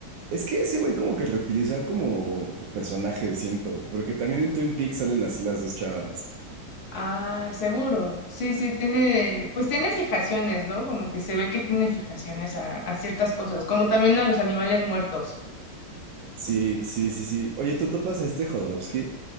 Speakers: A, on the right (about 80°); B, on the left (about 50°).
A: es que ese güey como que reutiliza como personaje, siento, porque también en Twin Peaks salen así las dos chavas.
B: Ah, seguro. Sí, sí, tiene, pues tiene fijaciones, ¿no? Como que se ve que tiene fijaciones a, a ciertas cosas, como también a los animales muertos.
A: Sí, sí, sí, sí. Oye, ¿tú topas a este Jodorowsky?